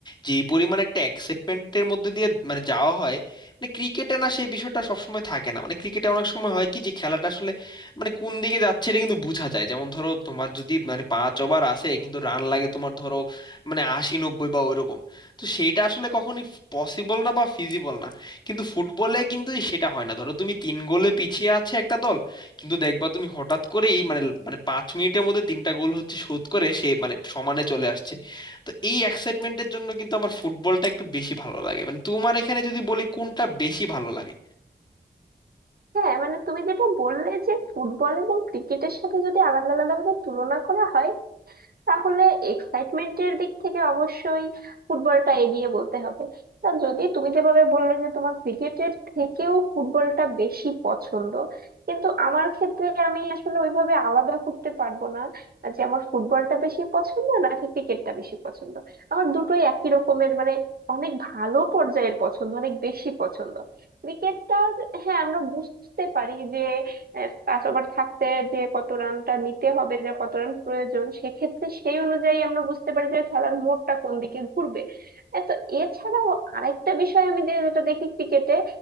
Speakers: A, on the left; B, on the right.
A: যে পরিমাণ একটা এক্সাইটমেন্টের মধ্যে দিয়ে মানে যাওয়া হয় মানে ক্রিকেটে না সেই বিষয়টা সবসময় থাকে না মানে ক্রিকেটে অনেক সময় হয় কি যে খেলাটা আসলে মানে কোন দিকে যাচ্ছে এটা কিন্তু বোঝা যায় যেমন ধরো তোমার যদি মানে পাঁচ ওভার আছে কিন্তু রান লাগে তোমার ধরো মানে আশি নব্বই বা ওইরকম তো সেটা আসলে কখনই পসিবল না বা ফিজিবল না কিন্তু ফুটবলে কিন্তু সেটা হয় না ধরো তুমি তিন গোলে পিছিয়ে আছে একটা দল কিন্তু দেখবা তুমি হঠাৎ করেই মানে মানে পাঁচ মিনিটের মধ্যে তিনটা গোল হচ্ছে শোধ করে সে মানে সমানে চলে আসছে তো এই এক্সাইটমেন্টের জন্য কিন্তু আমার ফুটবলটা একটু বেশি ভালো লাগে মানে তোমার এখানে যদি বলি কোনটা বেশি ভালো লাগে
B: হ্যাঁ মানে তুমি যেটা বললে যে ফুটবল এবং ক্রিকেটের সাথে যদি আলাদা আলাদা ভাবে তুলনা করা হয় তাহলে এক্সাইটমেন্টের দিক থেকে অবশ্যই ফুটবলটা এগিয়ে বলতে হবে তা যদি তুমি যেভাবে বললে যে তোমার ক্রিকেটের থেকেও ফুটবলটা বেশি পছন্দ কিন্তু আমার ক্ষেত্রে আমি আসলে ওইভাবে আলাদা করতে পারবো না যে আমার ফুটবলটা বেশি পছন্দ নাকি ক্রিকেটটা বেশি পছন্দ আমার দুটোই একই রকমের মানে অনেক ভালো পর্যায়ের পছন্দ অনেক বেশি পছন্দ ক্রিকেটটা হ্যাঁ আমরা বুঝতে পারি যে পাস ওভার থাকতে যে কত রানটা নিতে হবে যা কত রান প্রয়োজন সেক্ষেত্রে সেই অনুযায়ী আমরা বুঝতে পারি যে খেলার মোড়টা কোন দিকে ঘুরবে এ তো এছাড়াও আরেকটা বিষয় আমি যে- যেটা দেখি ক্রিকেটে